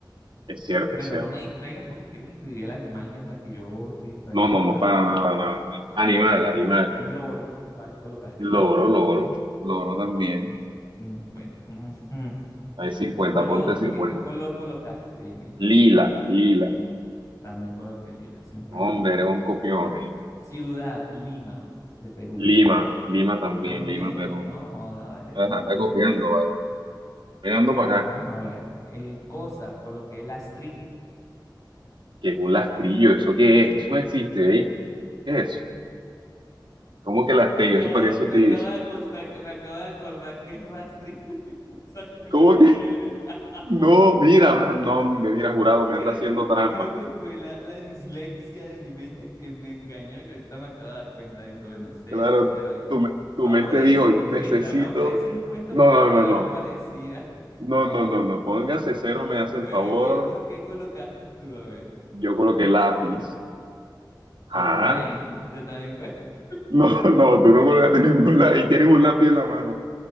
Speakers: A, on the right; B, on the left.
A: Es cierto,
B: Bueno,
A: es cierto.
B: no me distraigas porque quieres escribir el animal mientras que yo estoy distraído,
A: No, no,
B: ¿verdad?
A: no, para nada, nada, nada. Animal, animal.
B: L- loro, ¿cuál colocaste
A: loro
B: tú?
A: loro loro también.
B: 50. Ujú.
A: Hay cincuenta
B: Color,
A: ponte cincuenta
B: ¿qué, qué color colocaste? Dime.
A: Lila, lila.
B: También coloqué Lila, cincuenta
A: Hombre, eres un copión, ¿eh?
B: Ciudad, Lima, de Perú.
A: Lima, Lima también,
B: También,
A: Lima, perú
B: no joda, vale,
A: Ajá,
B: pero ¿y
A: anda
B: entonces?
A: copiando, vale. Venando
B: Bueno,
A: para acá.
B: vamos a ver. Eh, cosa, coloqué rastrillo.
A: ¿Qué es un lastrillo? ¿Eso qué es? Eso no existe, ¿eh? ¿Qué es? ¿Cómo que lastrillo?
B: Me acabo
A: ¿Eso para
B: de,
A: qué se utiliza?
B: me acabo de acostar- me acabo de acordar que es rastrillo y empieza con
A: ¿Cómo
B: la
A: que?
B: R. <laughs>
A: No, mira, no, me mira jurado, me
B: Creo
A: anda haciendo
B: que,
A: trampa.
B: creo que fue la, la dislexia de mi mente que me engañó y ahorita me acabo de dar cuenta de eso. Bueno, cero,
A: Claro,
B: cero ahí.
A: tu, me- tu
B: Me voy
A: mente
B: a poner
A: dijo,
B: cincuenta
A: necesito.
B: me voy a poner 50
A: No,
B: porque
A: no,
B: la palabra
A: no, no.
B: es parecida.
A: No, no, no, no. Póngase cero, me hace
B: Bueno,
A: el favor.
B: ¿y qué, co- qué colocaste tú? A ver.
A: Yo coloqué lápiz. Ah,
B: Yo también, yo también. co-
A: no, <laughs> no, tú no colocaste <laughs> ningún lápiz. Y tienes un lápiz en la mano.